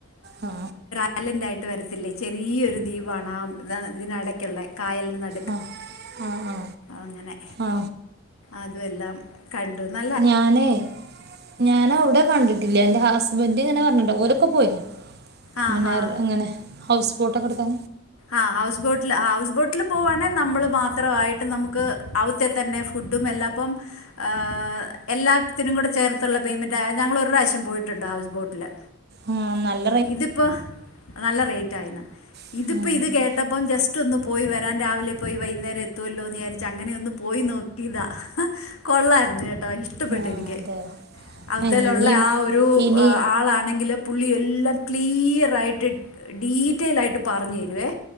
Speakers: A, on the right; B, on the left.
A: ആ
B: കാലെന്തായിട്ട് വരത്തില്ലേ ചെറിയൊരു ദ്വീപാണ് ആ ഇതിനടക്ക്ള്ളെ കായൽന് ന
A: ആ ആ ആ
B: അങ്ങനെ
A: ആ
B: അതു അല്ലാം കണ്ടു ന
A: ഞാന് ഞാന് അവ്ടെ കണ്ട് ഇല്ല ഇന്റെ ഹസ്ബൻഡ് ഇങ്ങനെ പർഞ്ട്ടോ ഓലോക്ക പോയി
B: ആ
A: പിന്നേർ
B: ഹാ
A: അങ്ങനെ ഹൗസ് ബോട്ടക്ക ഇട്ത്ത്
B: ആ ഹൗസ് ബോട്ടില് ആ ഹൗസ് ബോട്ടിലും പോവാണെ നമ്മള് മാത്ര ആയിട്ട് നമുക്ക് അവ്ത്തെ തന്നെ ഫുഡും എല്ലാപ്പം ആ എല്ലാത്തിനും കൂടെ ചേർത്ത്ള്ള പേയ്മെന്റ് ഞങ്ങള് ഒരു പ്രാവശ്യം പോയിട്ടുണ്ട് ഹൗസ് ബോട്ട്ല്
A: ആ നൽ
B: ഇത്പ്പോ നല്ല റേറ്റ് ആയിണ്
A: പറഞ്ഞു
B: ഇത്പ്പ ഇത് കേട്ടപ്പം ജസ് റ്റൊന്ന് പോയി വരാൻ രാവിലെ പോയി വൈന്നേരം എത്തുവല്ലോ ന്ന് വിചാരിച് അങ്ങനെ ഒന്ന് പോയി നോക്കിതാ കൊള്ളായിരുന്നു കേട്ടോ ഇഷ്ടപ്പെട്ട്
A: ആഹ്
B: എനിക്ക്
A: അതെയോ
B: അവ്ത്തെലുള്ള
A: ആ, ഇനി
B: ആ ഒരു
A: ഇനി
B: ആളാണെങ്കിലും പുള്ളി എല്ലാം ക്ലീയറായിട്ട് ഡീറ്റെൽ ആയിട്ട് പർഞ്ഞു തരുവേ